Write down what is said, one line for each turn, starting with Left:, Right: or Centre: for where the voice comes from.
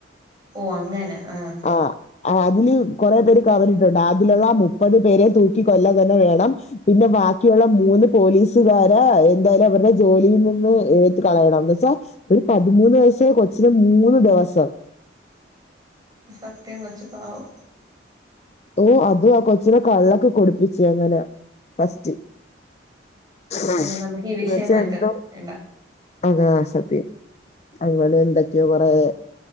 Right: ഓ അങ്ങനെ ആഹ്
Left: ആഹ് അതില് കുറെ പേര് കവഞ്ഞിട്ടുണ്ട് അതിലുള്ള മുപ്പത് പേരെ തൂക്കി കൊല്ല തന്നെ വേണം പിന്നെ ബാക്കിയുള്ള മൂന്ന് പോലീസുകാരെ എന്തായാലും അവരുടെ ജോലിയിൽ നിന്ന് എ കളയണം ന്ന് വെച്ചാ ഒരു പതിമൂന്ന് വയസായ കൊച്ചിന് മൂന്ന് ദിവസം
Right: സത്യം കൊച്ച് പാവം
Left: ഓ അത് ആ കൊച്ചിന കള്ളൊക്കെ കൊടുപ്പിച്ചേ അങ്ങനെ ഫസ്റ്റ് ആ
Right: ഓ നമുക്ക് ഈ
Left: എന്നച്ചയെന്തോ
Right: വിഷയം മാറ്റാം വേണ്ട
Left: അതാ സത്യം അങ്ങനെന്തൊക്കെയോ കൊറേ